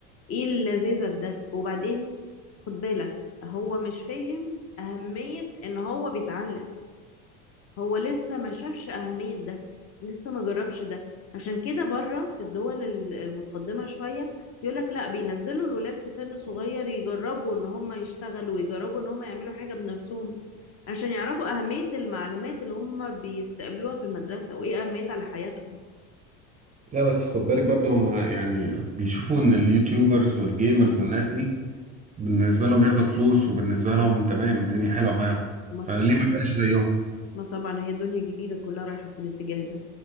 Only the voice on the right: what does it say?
لا بس خد بالك برضه هم يعني بيشوفوا ان اليوتيوبرز والجيمرز والناس دي بالنسبة لهم بياخدوا فلوس وبالنسبة لهم تمام الدنيا حلوة معاهم
فانا
ليه ما بقاش زيهم